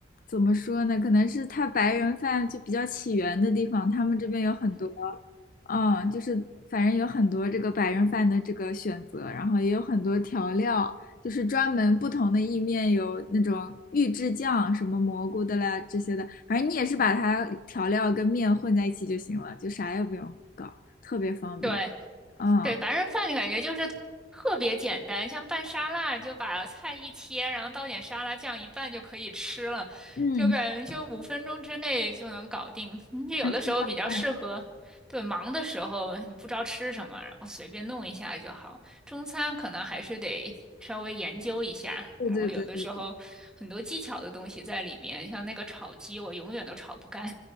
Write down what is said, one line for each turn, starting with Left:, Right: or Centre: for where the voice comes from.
Left: 怎么说呢？可能是它白人饭就比较起源的地方，他们这边有很多，嗯，就是反正有很多这个白人饭的这个选择，然后也有很多调料，就是专门不同的意面有那种预制酱，什么蘑菇的啦这些的，反正你也是把它调料跟面混在一起就行了，就啥也不用搞，特别方便。
Centre: 对。
Left: 嗯
Centre: 对，白人饭的感觉就是特别简单，像拌沙拉，就把菜一切，然后倒点沙拉酱一拌就可以吃了，
Left: 嗯，
Centre: 就感觉就五分钟之内就能搞定。<laughs> 你有的时候比较适合，
Left: 那吃下饭。
Centre: 对，忙的时候你不知道吃什么，然后随便弄一下就好。中餐可能还是得稍微研究一下，
Left: 对对对对对。
Centre: 然后有的时候很多技巧的东西在里面，像那个炒鸡，我永远都炒不干。